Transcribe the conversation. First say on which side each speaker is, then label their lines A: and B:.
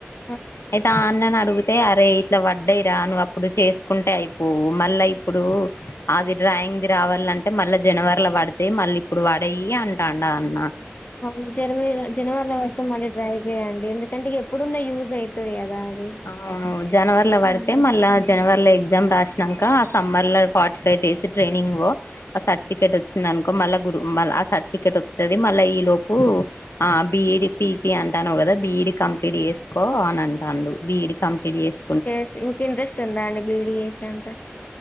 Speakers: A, on the left; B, on the left.
A: ఆ,
B: అయితే ఆ అన్నని అడిగితే అరే ఇట్లా వడ్డాయిరా నువ్వు అప్పుడు చేసుకుంటే అయిపోవు మళ్ళయి ఇప్పుడు అది డ్రాయింగ్దిి రావాలంటే మళ్ళా జనవరిలో పడతాయి మళ్ళీ ఇప్పుడు పడయి అ ంటాండా అన్నా
A: అవును జనవరి జనవరిలో వస్తాం మళ్ళీ ట్రై చేయంండి ఎందుకంటే ఎప్పుడున్న యూజ్ అవుతుంది కదా అది
B: అవును జనవర్ల పడితే
A: ఉమ్.
B: మళ్ళా జనవరి లో ఎగ్జామ్ రాసినాక ఆ సమ్మర్ లో ఫార్టీ ఫైవ్ డేస్ ట్రైనింగ్ ఆ సర్టిఫికేట్ వచ్చింది అనుకో మళ్ళా గ్రూ మళ్ ఆ సర్టిఫికెట్ వస్తుంది మళ్ళా ఈ లోపు ఆ బిఇడి పీజీ అంటానవ్ కదా బిఇడి కంప్లీట్ చేసుకో అని అంటా బీఇడ్ కంప్లీట్ చేస్
A: చే ఇంక ఇంట్రెస్ట్ ఉందా అండి బీడీ చేసే అంత